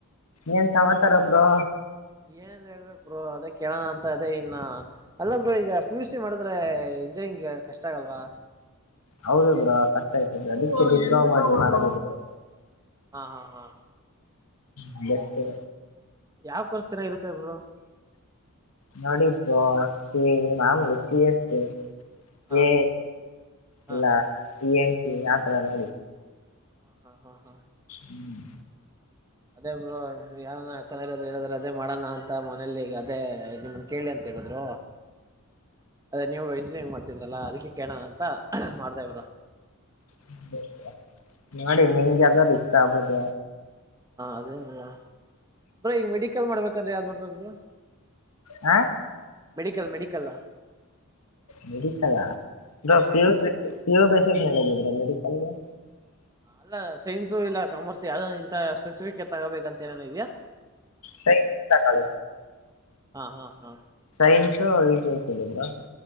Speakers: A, on the left (about 80°); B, on the right (about 15°).
A: ಏನ್ ಸಮಾಚಾರ ಬ್ರೋ
B: ಏನ್ ಹೇಳ್ಬೇಕಕ್ ಬ್ರರು ಅದೇ ಕೇಳೋಣ ಅಂತ ಅದೇ ಇನ್ನ ಅಲ್ಲ ಬರು ಈಗ ಪಿ ಯು ಸಿ ಮಾಡಿದ್ರೆ ಅಜಯ್ ಹಿಂಗೆ ಕಷ್ಟ ಆಗಲ್ವಾ
A: ಹೌದಬ್ರಾ ಕಷ್ಟ ಆಯ್ತದ್ರೀ ಅದಕ್ಕೆ ಡಿಪ್ಲೊಮಾ ಮಾಡಿ ಮಾರಾಗಿದ್ರೆ
B: ಹಾ ಹಾ ಹಾ
A: ಹ್ಮ ಬಷ್ಟತು
B: ಯಾವಕೋರ್ಸ್ ಜನ ಇರುತ್ತೇಬ್ರು
A: ನೋಡಿಬ ಸಿ ಮಾಮೂಲಿ ಸಿ ಎತ್ತು
B: ಹಾ
A: ಏ
B: ಹಾ
A: ಇಲ್ಲ ಈ ಎನ್ಸ ಆತರ ನೋಡಿ
B: ಹ ಹಾ ಹಾ ಹಾ
A: ಹ್ಮ್
B: ಅದೇ ಬ್ರೋ ಯಾರ ಚೆನ್ನಾಗಿ ಹೇಳದ್ರೆ ಅದೇ ಮಾಡೋಣ ಅಂತ ಮನೇಲಿ ಅದೇ ನಿಮ ಕೇಳಿ ಅಂತ ಹೇಳಿದ್ರ ನೀವು ಇಂಜಿನಿಯಂಗ್ ಮಾಡ್ತಿದ್ರಲ್ಲ ಅದಕ್ಕೆ ಕೇಣ ಅಂತ ಮಾಡ್ತಾಬ್ರ
A: <unintelligible> ನೋಿ ನಿಮ್ಗೆ ಅದಾರೂ ಇಷ್ಟ ಆಗ್ಬದ
B: ಹಾ ಅದೇ ಬ್ರಾ ಬ್ರ ಈಗ ಮೆಡಿಕಲ್ ಮಾಡ್ಬೇಕಂದ್ರೆ ಯಾವ್ದ್ ಮಾಡ್ಬೇಕ್ ಬ್ರೋ
A: ಹಾ
B: <inaudible> medical medical
A: medical bro P ಪ್ಯೋ ಬಸಿಕ್ ಮೇಲೆಗಿದ್ರೆ ಮೆಡಿಕಲ್ಗೆ
B: ಅಲ್ಲ ಸೈನ್ಸು ಇಲ್ಲ ಕಾಮರ್ಸ ಯ ಇಂತ ಸ್ಪೆಸಿಫಿಕ್ ತಗೋಬೇಕಂತ ಏನನ ಇದ್ಯಾಾ
A: ಸೈನ್ಸ್ ತಕಳಿ
B: ಹಾ ಹಾ ಹಾ
A: ಸೈನ್ಸು ಈಜಿ ಆಯ್ತದ ಬ್ರೋ